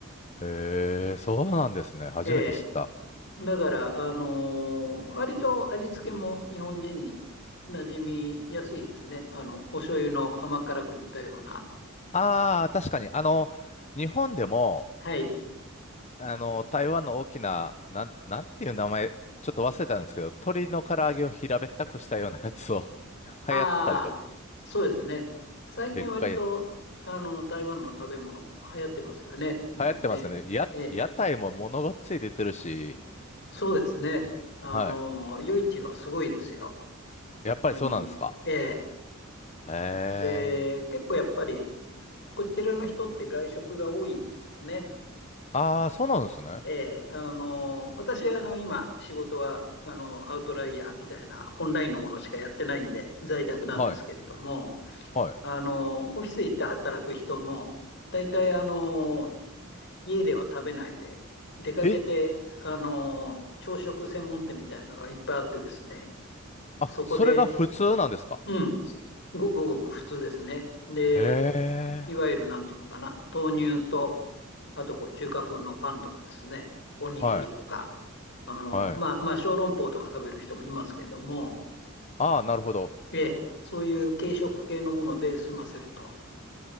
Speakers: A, on the left (about 35°); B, on the left (about 60°).
A: へえ、そうなんですね。初めて知った。
B: ええ。だから、あの、割と味付けも日本人に馴染みやすいですね。あの、お醤油の甘辛く煮たような。
A: ああ、確かに。あの、日本でも、
B: はい。
A: あの、台湾の大きな、なん、なんていう名前、ちょっと忘れたんですけど、鶏の唐揚げを平べったくしたようなやつを <laughs>
B: ああ、
A: 流行ったりとか、
B: そうですね。最近割と、
A: でっかいやつ。
B: あの、台湾の食べ物流行ってますよね、日本ね。
A: 流行ってますよね。や、
B: ええ。
A: 屋台もものがつい出てるし、
B: そうですね。あの、
A: はい。
B: 夜市はすごいですよ。
A: やっぱりそうなんですか。
B: あの、ええ。
A: へ
B: で、
A: え。
B: 結構やっぱり、こちらの人って外食が多いんですよね。
A: ああ、そうなんですね。
B: ええ。あの、私、あの、今、仕事は、あの、アウトライヤーみたいなオンラインのものしかやってないんで、在宅なんですけれども、
A: はい。はい。
B: あの、オフィス行って働く人も、大体、あの、家では食べないで、出かけて、
A: え、
B: あの、朝食専門店みたいなのがいっぱいあってですね、
A: あ、
B: そこで
A: それが普通なんですか。
B: うん、すごくごく普通ですね。で、
A: へえ。
B: い、いわゆるなんていうのかな、豆乳と、あとこう中華風のパンとかですね、おにぎりとか、
A: はい。
B: あの、
A: はい。
B: まあ、まあ、小籠包とか食べる人もいますけども、
A: ああ、なるほど。
B: ええ、そういう軽食系のもので済ませると。